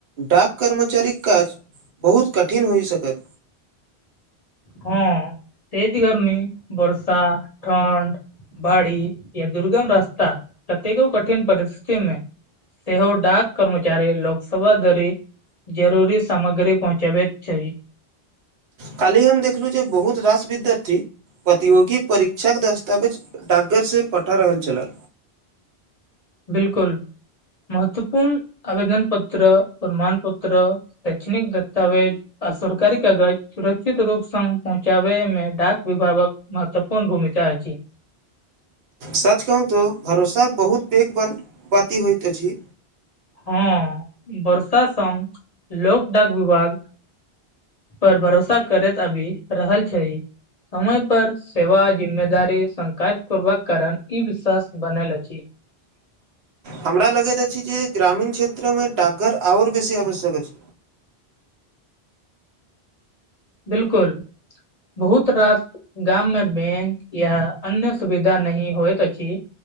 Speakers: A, on the right; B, on the left.
A: डाक कर्मचारीक काज बहुत कठिन होइ सकत
B: हँ तज गर्मी बर्षा ठण्ड बाड़ी या दुर्गम रास्ता कतेको कठिन परिस्थिति मे से ह डाक कर्मचारी लोक सवा धरी जरूरी सामग्री पहुँचाबैत छै।
A: काली हम देखलहुँ जे बहुत रास विद्यार्थी प्रतियोगी परीक्षाक के दस्तावेज ड्गर से पठा रहल छले
B: बिलकुल महत्वपूर्ण आवेदन पत्र प्रमाण पत्र शैक्षणिक दस्तावेज आ सरकारी कागज सुरक्षित रूप स पहुँचाबे मे डाक विभागक महत्वपूर्ण भूमिका अछि
A: सच कहू तो भरोसा बहुत पैघ ब बाती होइत अछि
B: हँ बर्षा सँ लोक डाक विभाग पर भरोसा करैत आबि रहल छैय समय पर सेवा जिम्मेदारी संग काज करबाक कारण ई विश्वास बनल अछि
A: हमरा लगैत अछि जे ग्रामीण क्षेत्र मे डाकघर आओर बेसी आवश्यक अछि
B: बिलकुल बहुत रात गाम मे बैंक या अन्य सुविधा नहि होइत अछि